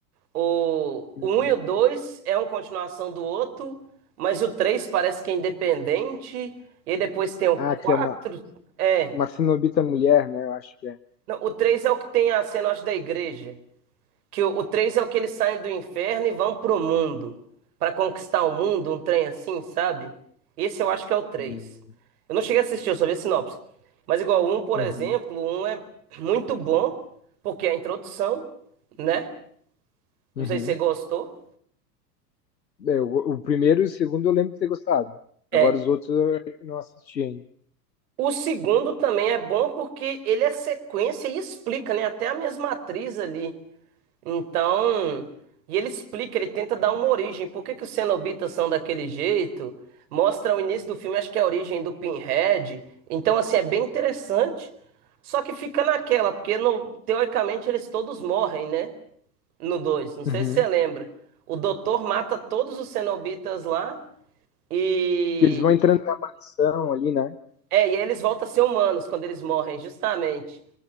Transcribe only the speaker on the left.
Hum.
Ah,
que é uma,
uma cenobita mulher, né? Eu acho que é.
Hum.
Uhum.
Uhum.
É, o, o primeiro e o segundo eu lembro de ter gostado.
Agora os outros eu não assisti ainda.
Uhum.
Porque eles vão entrando na mansão ali, né?